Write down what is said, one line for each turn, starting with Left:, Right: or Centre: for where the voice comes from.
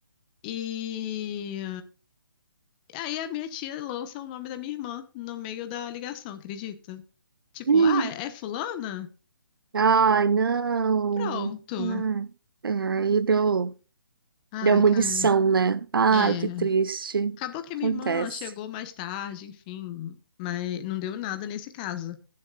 Left: E... e aí a minha tia lança o nome da minha irmã no meio da ligação, acredita? Tipo,
Right: Hum.
Left: ah, é é fulana?
Right: Ai, não.
Left: Pronto.
Right: Ai, é, aí deu.
Left: Ai,
Right: Deu munição,
Left: cara.
Right: né? Ai,
Left: É.
Right: que triste.
Left: Acabou que
Right: Acontece.
Left: a minha irmã chegou mais tarde, enfim, mas não deu nada nesse caso.